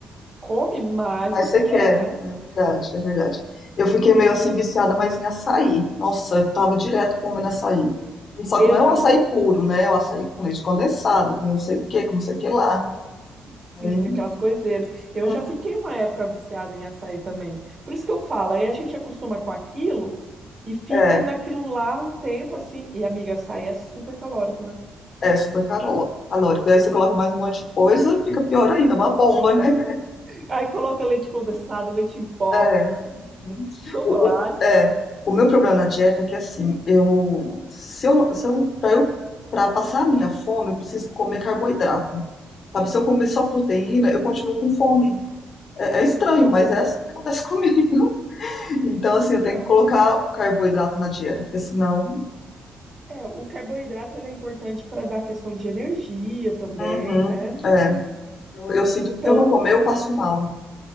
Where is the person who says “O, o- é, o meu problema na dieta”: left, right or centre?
Left